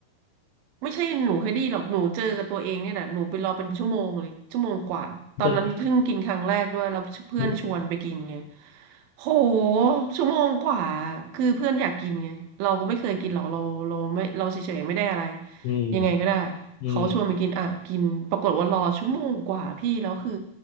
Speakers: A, on the right; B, on the left.
A: ไม่ใช่หนูเคยได้ยินหรอกหนูเจอกับตัวเองเนี่ยแหละหนูไปรอเป็นชั่วโมงเลยชั่วโมงกว่าตอนนั้นเพิ่งกินครั้งแรกด้วยแล้วเพื่อนชวนไปกินไง
B: จะไหมอืม
A: โหชั่วโมงกว่าคือเพื่อนอยากกินไงเราก็ไม่เคยกินหรอกเราเราไม่เราเฉยๆไม่ได้อะไร
B: อืม
A: ยังไงก็ได้
B: อืม
A: เขาชวนไปกินอ่ะกินปรากฏว่ารอชั่วโมงกว่าพี่แล้วคือ